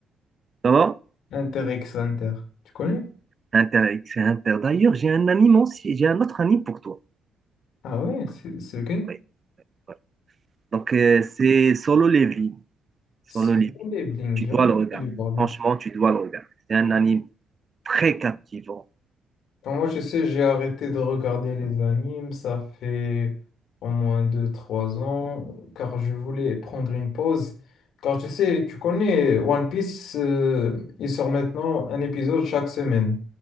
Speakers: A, on the right (about 35°); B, on the left (about 80°).
A: Ça va?
B: Hunter x Hunter. Tu connais?
A: Inter, c'est Inter. D'ailleurs, j'ai un anime aussi. J'ai un autre anime pour toi.
B: Ah ouais, c'est c'est lequel?
A: Ouais, ouais. Donc, euh, c'est Solo Leveling. Solo
B: C'est
A: Leveling.
B: Blink,
A: Tu
B: jamais
A: dois le regarder.
B: entendu parler.
A: Franchement, tu dois le regarder. C'est un anime très captivant.
B: Quand moi, je sais, j'ai arrêté de regarder les animes, ça fait au moins deux trois ans, car je voulais prendre une pause. Car tu sais, tu connais One Piece, euh, il sort maintenant un épisode chaque semaine.